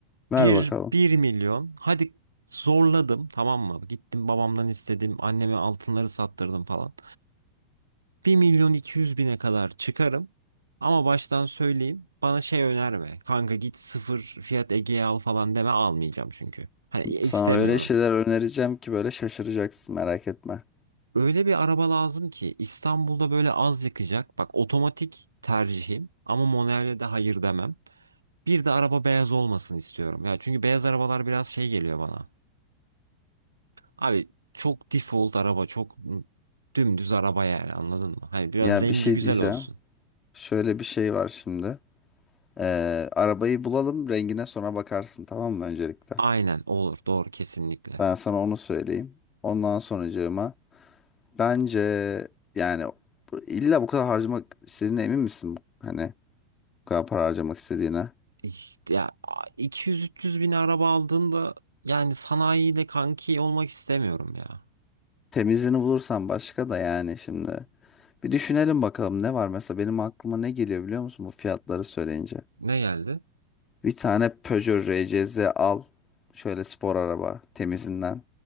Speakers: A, on the left (about 20°); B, on the right (about 80°).
A: Ver
B: Bir
A: bakalım.
B: bir milyon. Hadi zorladım tamam mı? Gittim babamdan istedim. Anneme altınları sattırdım falan. Bir milyon iki yüz bine kadar çıkarım. Ama baştan söyleyeyim. Bana şey önerme. Kanka git sıfır fiyat Ege'ye al falan deme almayacağım çünkü. Hani istemiyorum.
A: Sana öyle şeyler önereceğim ki böyle şaşıracaksın merak etme.
B: Öyle bir araba lazım ki İstanbul'da böyle az yakacak. Bak otomatik tercihim ama manuele de hayır demem. Bir de araba beyaz olmasını istiyorum. Ya çünkü beyaz arabalar biraz şey geliyor bana. Abi çok default araba, çok dümdüz araba yani anladın mı? Hani biraz
A: Ya
B: rengi
A: bir şey
B: güzel
A: diyeceğim.
B: olsun.
A: Şöyle bir şey var şimdi. Ee, arabayı bulalım rengine sonra bakarsın tamam mı öncelikle?
B: Aynen olur doğru kesinlikle.
A: Ben sana onu söyleyeyim. Ondan sonracığıma bence yani bu- illa bu kadar harcamak istediğine emin misin? Hani bu kadar para harcamak istediğine.
B: İşte ya 200-300 bin araba aldığında yani sanayiyle kanki olmak istemiyorum ya.
A: Temizini bulursan başka da yani şimdi. Bir düşünelim bakalım ne var mesela benim aklıma ne geliyor biliyor musun bu fiyatları söyleyince.
B: Ne geldi?
A: Bir tane Peugeot RCZ al. Şöyle spor araba temizinden.